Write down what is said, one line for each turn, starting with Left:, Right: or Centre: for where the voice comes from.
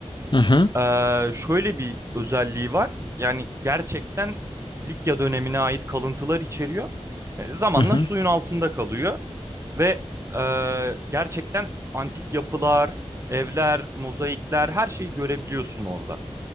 Left: Hı hı.
Right: Ee, şöyle bir özelliği var. Yani gerçekten Likya dönemine ait kalıntılar içeriyor. E, zamanla
Left: Hı hı.
Right: suyun altında kalıyor. Ve e, gerçekten antik yapılar, evler, mozaikler her şeyi görebiliyorsun orada.